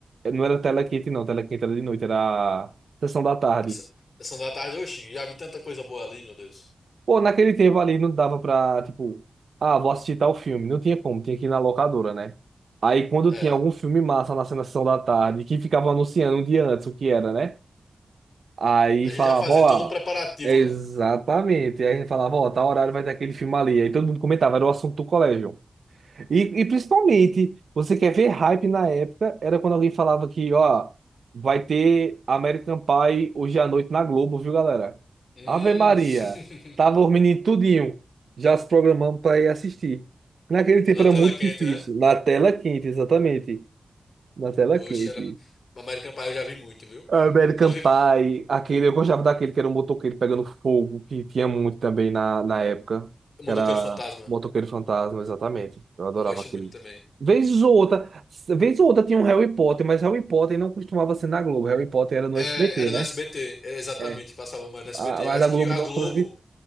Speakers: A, on the right; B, on the left.
A: Não era tela quente, não. Tela quente era de noite, era a sessão da tarde.
B: Essa- Sessão da tarde, oxi, já vi tanta coisa boa ali, meu Deus.
A: Pô, naquele tempo ali não dava pra, tipo, ah, vou assistir tal filme. Não tinha como, tinha que ir na locadora, né? Aí quando
B: É.
A: tinha algum filme massa na sessão da tarde, que ficava anunciando um dia antes o que era, né? Aí
B: A gente
A: falava,
B: já fazia
A: ó,
B: todo um preparativo,
A: exatamente.
B: né?
A: Aí falava, ó, tal horário vai ter aquele filme ali. Aí todo mundo comentava, era o assunto do colégio. E, e principalmente, você quer ver hype na época, era quando alguém falava que, ó, vai ter American Pie hoje à noite na Globo, viu, galera?
B: Hum.
A: Ave Maria, tava
B: <laughs>
A: os meninos tudinho, já se programando para ir assistir. Naquele tempo
B: Na
A: era
B: tela
A: muito
B: quente,
A: difícil,
B: né?
A: na tela quente, exatamente, na tela
B: Oxe,
A: quente.
B: era. American Pie eu já vi muito, viu?
A: American
B: <laughs> Inclusive,
A: Pie, aquele, eu gostava daquele que era um motoqueiro pegando fogo, que tinha muito também na, na época,
B: Motoqueiro
A: que era
B: Fantasma.
A: Motoqueiro Fantasma, exatamente. Eu adorava
B: Eu gosto
A: aquele.
B: muito também.
A: Vez ou outra, vez ou outra tinha um Harry Potter, mas Harry Potter não costumava ser na Globo. Harry Potter era no
B: É,
A: SBT,
B: era
A: né?
B: no SBT, é, exatamente,
A: É.
B: passava mais no SBT.
A: A-
B: Eu
A: mas
B: acho
A: a Globo
B: que a
A: não
B: Globo
A: transmite